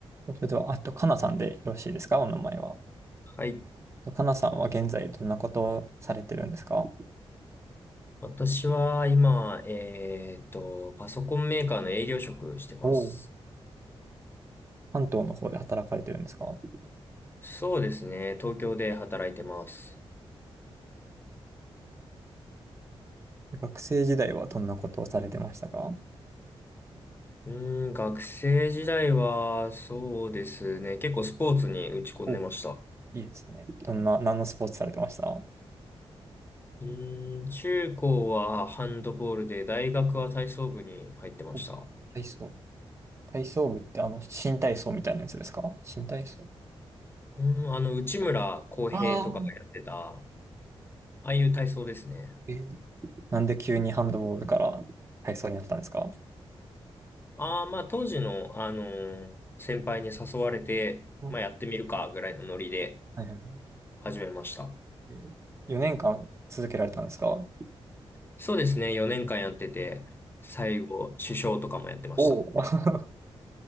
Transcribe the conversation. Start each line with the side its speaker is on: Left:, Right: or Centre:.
Right: それでは、あと、かなさんでよろしいですかお名前は。
Left: はい。
Right: かなさんは現在どんなことをされてるんですか
Left: 私は今、えーっと、パソコンメーカーの営業職してます。
Right: おおう関東の方で働かれてるんですか
Left: そうですね。東京で働いてます。
Right: 学生時代はどんなことをされてましたか
Left: うーん、学生時代は、そうですね。結構スポーツに打ち込んでました。
Right: おいいですね。どんな、何のスポーツされてました
Left: うーん、中高はハンドボールで、大学は体操部に入ってました。
Right: お体操。体操部ってあの、新体操みたいなやつですか新体操。
Left: うーん、あの、内村航平とかがやってた、
Right: ああ。
Left: ああいう体操ですね。
Right: えーなんで急にハンドボールから体操になったんですか
Left: ああ、まあ当時の、あのー先輩に誘われて、
Right: あ
Left: まあやってみるかぐらいのノリで
Right: はいはい
Left: 始めました。
Right: はい4年間続けられたんですか
Left: そうですね、4年間やってて、最後、首相とかもやってました。
Right: おお <laughs>